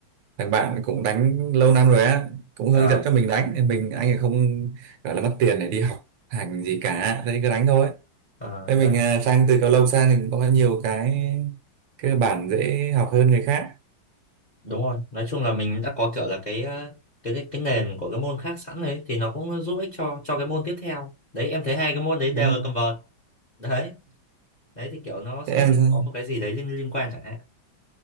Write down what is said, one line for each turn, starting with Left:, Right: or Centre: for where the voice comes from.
Right: thằng bạn cũng đánh lâu năm rồi á cũng hướng
Left: à,
Right: dẫn cho mình đánh thì mình anh ấy không gọi là mất tiền để đi học hành gì cả thế cứ đánh thôi
Left: à
Right: Thế mình
Left: đấy
Right: à, sang từ cầu lông sang thì cũng có nhiều cái cơ bản dễ học hơn người khác
Left: đúng rồi nói chung là mình đã có kiểu là cái ờ, cái cái, cái nền của cái môn khác sẵn đấy thì nó cũng giúp ích cho cho cái môn tiếp theo đấy em thấy hai cái môn đấy
Right: đúng
Left: đều là
Right: không?
Left: cầm vợt đấy đấy thì kiểu nó sẽ
Right: Thế em
Left: sẽ
Right: sao?
Left: có một cái gì đấy liên liên quan chẳng hạn